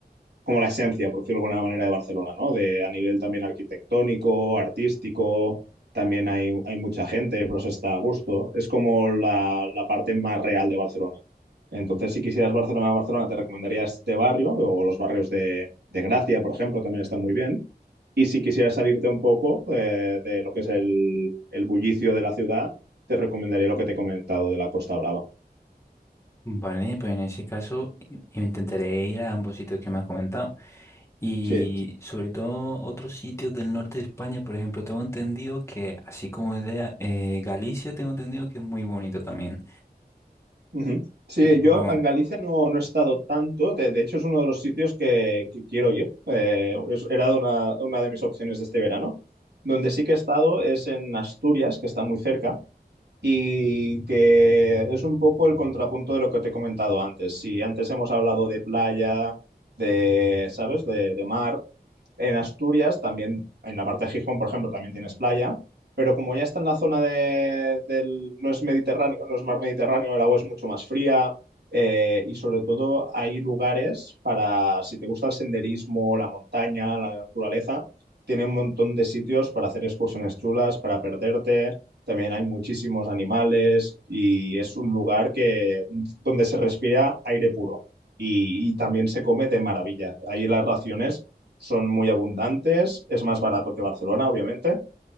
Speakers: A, on the right; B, on the left.
A: como la esencia, por decirlo de alguna manera, de Barcelona, ¿no? De, a nivel también arquitectónico, artístico, también hay, hay mucha gente, pero se está a gusto. Es como la, la parte más real de Barcelona. Entonces, si quisieras Barcelona, Barcelona, te recomendaría este barrio o los barrios de, de Gracia, por ejemplo, también están muy bien. Y si quisieras salirte un poco eh, de lo que es el, el bullicio de la ciudad, te recomendaría lo que te he comentado de la Costa Brava.
B: Vale, pues en ese caso i- intentaré ir a ambos sitios que me has comentado. Y
A: Sí.
B: sobre todo otros sitios del norte de España, por ejemplo, tengo entendido que, así como idea, eh, Galicia tengo entendido que es muy bonito también.
A: Ujú. Sí,
B: Pero
A: yo en Galicia no, no he estado tanto, de, de hecho es uno de los sitios que, que quiero ir, Eh, es- era una, una de mis opciones de este verano, donde sí que he estado es en Asturias, que está muy cerca, y que es un poco el contrapunto de lo que te he comentado antes. Si antes hemos hablado de playa, de, ¿sabes? De, de mar, en Asturias también, en la parte de Gijón, por ejemplo, también tienes playa, pero como ya está en la zona de, del, no es Mediterráneo, no es mar Mediterráneo, el agua es mucho más fría. eh, y sobre todo hay lugares para, si te gusta el senderismo, la montaña, la naturaleza, tiene un montón de sitios para hacer excursiones chulas, para perderte también hay muchísimos animales y es un lugar que, donde se respira aire puro y, y también se come de maravilla. Ahí las raciones son muy abundantes, es más barato que Barcelona, obviamente,